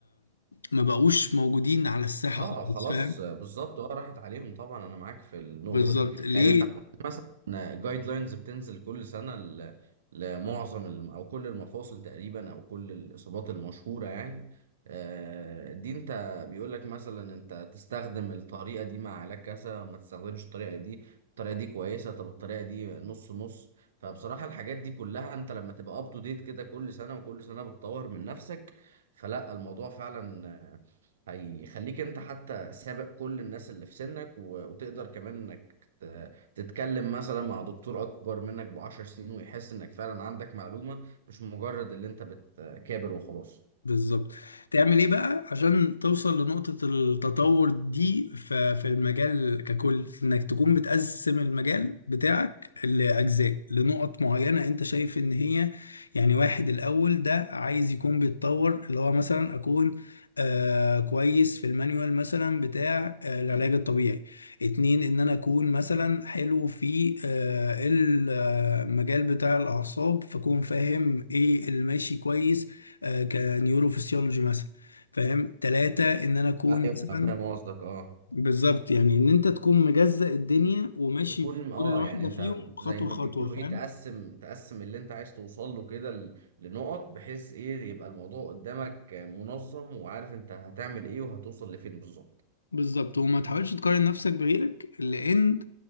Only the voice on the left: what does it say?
ما بقوش موجودين على الساحة
خالص
فاهم
بالظبط
ليه
بالظبط تعمل ايه بقى عشان توصل لنقطة التطور دي ف- في المجال ككل انك تكون بتقسم المجال بتاعك لأجزاء لنقط معينة انت شايف ان هي يعني واحد الأول ده عايز يكون بيتطور اللي هو مثلا أكون آه كويس في المانيوال مثلا بتاع آه العلاج الطبيعي اتنين ان انا اكون مثلا حلو في آه المجال بتاع الاعصاب فاكون فاهم ايه اللي ماشي كويس آه، كنيوروفسيولوجي مثلا فاهم ثلاثة ان انا اكون
مثلا
بالظبط يعني ان انت تكون مجزأ الدنيا وماشي
في
كل واحدة
فيهم خطوة
خطوة
فاهم
بالظبط وما تحاولش تقارن نفسك بغيرك لان